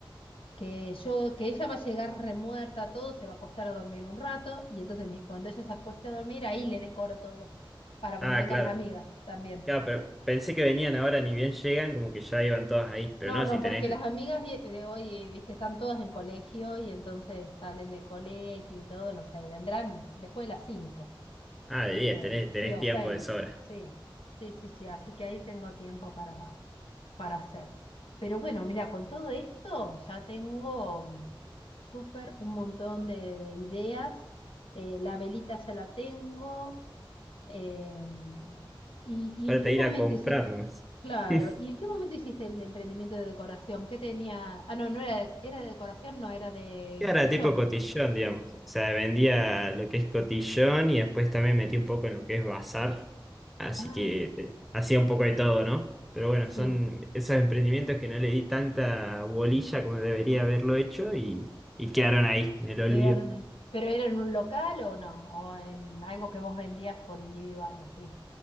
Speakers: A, on the left; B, in the centre.
A: que yo, que ella va a llegar remuerta, todo, se va a acostar a dormir un rato, y entonces mi- cuando ella se acueste a dormir, ahí le decoro todo, para cuando
B: Ah,
A: vengan
B: claro.
A: las amigas también.
B: Claro, pero pensé que venían ahora, ni bien llegan, como que ya iban todas ahí. Pero
A: No,
B: no,
A: no,
B: si tenés.
A: porque las amigas vi- de hoy, eh, viste, están todas en colegio y entonces salen del colegio y todo, no sé, vendrán después de las cinco
B: Ah, de diez
A: Eh,
B: tenés,
A: sí,
B: tenés
A: o
B: tiempo
A: seis,
B: de sobra.
A: sí, sí, sí, sí, así que ahí tengo tiempo para, para hacer. Pero bueno, mira, con todo esto ya tengo mm, súper un montón de, de ideas, Eh, la velita ya la tengo, em, y, y
B: Falta
A: en qué
B: ir
A: momento
B: a comprar
A: hiciste,
B: nomás.
A: claro,
B: <laughs>
A: ¿y en qué momento hiciste el emprendimiento de decoración? ¿Qué tenía? Ah, no, no era de, era de decoración, no, era de
B: Y era
A: cotillón.
B: tipo cotillón, digamos. O sea, vendía lo que es cotillón y después también metí un poco en lo que es bazar. Así
A: Ah,
B: que eh, hacía un poco de todo, ¿no? Pero bueno,
A: sí.
B: son esos emprendimientos que no le di tanta bolilla como debería haberlo hecho y, y quedaron ahí, en el olvido.
A: Quedaron ahí. ¿Pero era en un local o no? ¿O en algo que vos vendías por individual, así?